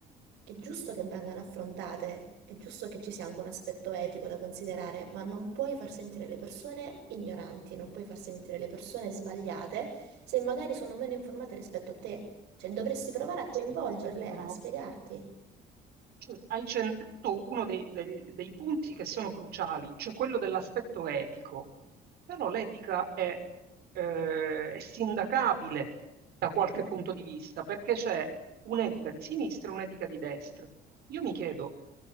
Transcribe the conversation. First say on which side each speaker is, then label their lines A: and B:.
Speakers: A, on the right (about 90°); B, on the right (about 70°).
A: è giusto che vengano affrontate, è giusto che ci sia anche un aspetto etico da considerare, ma non puoi far sentire le persone ignoranti, non puoi far sentire le persone sbagliate se magari sono meno informate rispetto a te. Cioè, dovresti provare a coinvolgerle,
B: Aspetta, aspetta, però
A: a spiegarti.
B: cioè, hai centrato uno dei, dei- dei punti che sono cruciali, cioè quello dell'aspetto etico. Però l'etica è, eh, è sindacabile da qualche
A: <clears throat>
B: punto di vista, perché c'è un'etica di sinistra e un'etica di destra. Io mi chiedo,